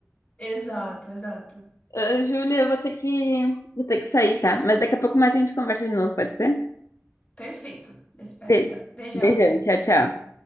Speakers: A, on the left; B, on the left.
A: Exato, exato.
B: Ah, Júlia, eu vou ter que, vou ter que sair, tá? Mas daqui a pouco mais a gente conversa de novo, pode ser?
A: Perfeito. Espero,
B: Be-
A: então. Beijão.
B: Beijão, tchau, tchau.